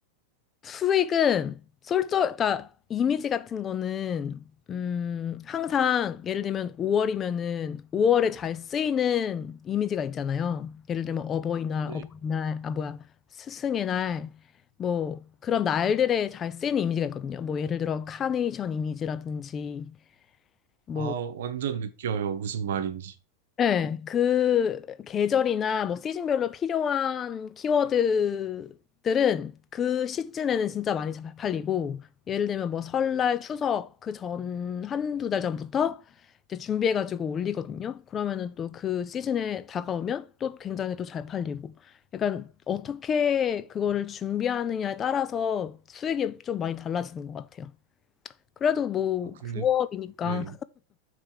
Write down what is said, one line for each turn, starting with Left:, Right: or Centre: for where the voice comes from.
Left: 수익은 솔저, 그러니까 이미지 같은 거는 음, 항상 예를 들면 5월이면은 5월에 잘 쓰이는 이미지가 있잖아요. 예를 들면 어버이날,
Right: 네.
Left: 어버이날, 아 뭐야, 스승의 날, 뭐 그런 날들에 잘 쓰이는 이미지가 있거든요. 뭐 예를 들어 카네이션 이미지라든지 뭐
Right: 아, 완전 느껴요. 무슨 말인지.
Left: 네, 그 계절이나 뭐 시즌별로 필요한 키워드들은 그 시즌에는 진짜 많이 잘 팔리고, 예를 들면 뭐 설날, 추석 그 전, 한두 달 전부터 이제 준비해가지고 올리거든요. 그러면은 또 그 시즌에 다가오면 또 굉장히 또 잘 팔리고. 약간 어떻게 그거를 준비하느냐에 따라서 수익이 좀 많이 달라지는 것 같아요. 그래도 뭐
Right: 아, 근데,
Left: 부업이니까
Right: 네.